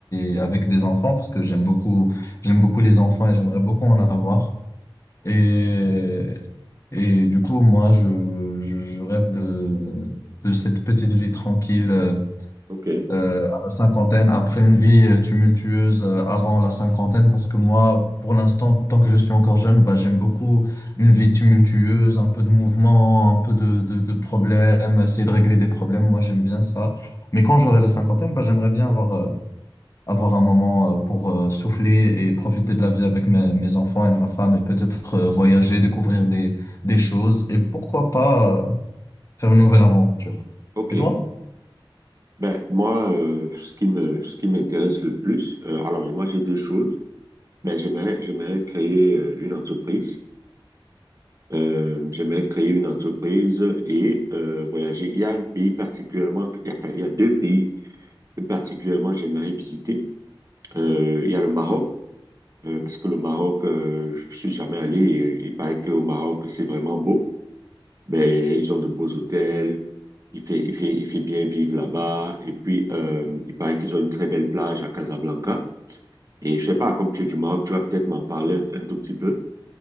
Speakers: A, on the left; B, on the right.
A: et avec des enfants parce que j'aime beaucoup, j'aime beaucoup les enfants et j'aimerais beaucoup en avoir. Et, et du coup, moi, je, je, je rêve de, de cette petite vie tranquille euh,
B: Ok,
A: euh, à la cinquantaine, après une vie euh, tumultueuse euh, avant la cinquantaine, parce que moi, pour l'instant, tant que je suis encore jeune, bah, j'aime beaucoup une vie tumultueuse, un peu de mouvement, un peu de, de, de problèmes, essayer de régler des problèmes. Moi, j'aime bien ça. Mais quand j'aurai la cinquantaine, bah, j'aimerais bien avoir euh, avoir un moment euh, pour euh, souffler et profiter de la vie avec mes, mes enfants et ma femme et peut-être euh, voyager, découvrir des, des choses et pourquoi pas euh, faire une nouvelle aventure.
B: ok.
A: Et toi?
B: Ben, moi, euh, ce qui me, ce qui m'intéresse le plus, euh, alors, moi, j'ai deux choses. Ben, j'aimerais, j'aimerais créer euh, une entreprise. Euh, j'aimerais créer une entreprise et euh, voyager. Il y a un pays particulièrement, il y a, enfin, il y a deux pays que particulièrement j'aimerais visiter. Euh, il y a le Maroc, euh, parce que le Maroc, euh, je je suis jamais allé. et euh, Il paraît qu'au Maroc, c'est vraiment beau. Ben, ils ont de beaux hôtels. Il fait, il fait, il fait bien vivre là-bas. Et puis, euh, il paraît qu'ils ont une très belle plage à Casablanca. Et je sais pas, comme tu es du Maroc, tu vas peut-être m'en parler un un tout petit peu.